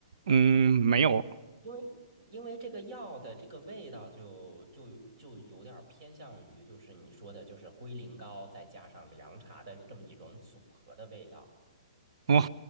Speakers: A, on the right; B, on the right.
A: 嗯，没有
B: 因为因为这个药的这个味道就就就有点儿偏向于就是你说的，就是龟苓膏再加上凉茶的这么一种组合的味道。
A: 哦，